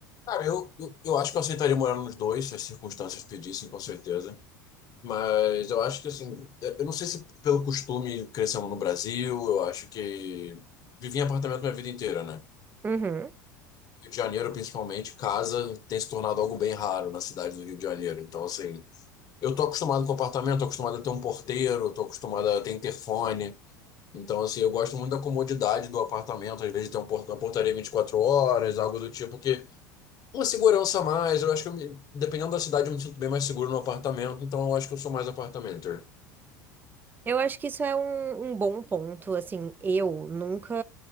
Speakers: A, on the left; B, on the right.
A: cara, eu, eu, eu acho que eu aceitaria morar nos dois, se as circunstâncias pedissem, com certeza. Mas eu acho que, assim, eu não sei se pelo costume crescendo no Brasil, eu acho que vivi em apartamento minha vida inteira, né?
B: Uhum.
A: Rio de Janeiro, principalmente, casa tem se tornado algo bem raro na cidade do Rio de Janeiro. Então, assim, eu tô acostumado com apartamento, tô acostumado a ter um porteiro, tô acostumado a ter interfone. Então, assim, eu gosto muito da comodidade do apartamento, às vezes tem um por- uma portaria 24 horas, algo do tipo que. uma segurança a mais. Eu acho que, eu me- dependendo da cidade, eu me sinto bem mais seguro no apartamento. Então, eu acho que eu sou mais apartamenter.
B: Eu acho que isso é um, um bom ponto. Assim, eu nunca